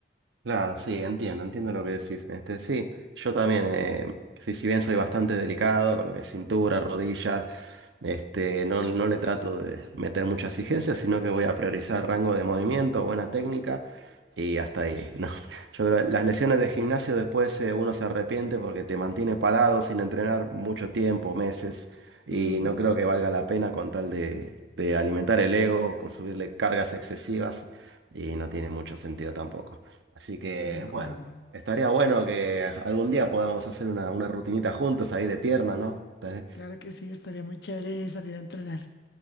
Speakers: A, on the right; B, on the left.
A: Claro, sí, entiendo, entiendo lo que decís. Este, sí, yo también, eh, sí, si bien soy bastante delicado con lo que es cintura, rodillas, este, no, no le trato de meter mucha exigencia, sino que voy a priorizar rango de movimiento, buena técnica y hasta ahí. <laughs> No sé. Yo creo que las lesiones de gimnasio después eh, uno se arrepiente porque te mantiene parado sin entrenar mucho tiempo, meses, y
B: Mm,
A: no creo que valga la pena con tal de, de alimentar el ego, con subirle cargas excesivas, y no tiene mucho sentido tampoco. Así que,
B: de acuerdo.
A: bueno, estaría bueno que algún día podamos hacer una, una rutinita juntos ahí de piernas, ¿no? Tal-
B: Claro que sí, estaría muy chévere salir a entrenar.